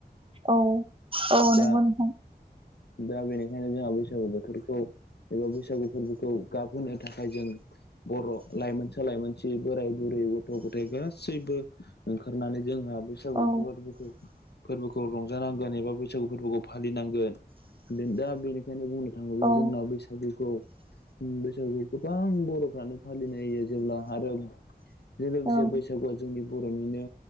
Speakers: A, on the right; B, on the left.
A: औ औ
B: दा
A: नोंगौ नोंथां।
B: दा बेनिखायनो जोंहा बैसागु बोथोरखौ एबा बैसागु फोरबोखौ गाब होनो थाखाय जों बर' लाइमोनसा लाइमोनसि बोराय बुरै गथ'-गथाइ गासैबो ओंखारनानै जोंहा बैसागु
A: औ
B: फोरबोखौ फोरबोखौ रंजानांगोन एबा बैसागु फोरबोखौ फालिनांगोन दा बेनिखायनो बुंनो थाङोब्ला
A: औ
B: जोंना बैसागुखौ बैसागुखौ गोबां बर'फ्रानो फालिनाय होयो जेब्ला आरो जे लोगोसे
A: औ
B: बैसागुआ जोंनि बर'निनो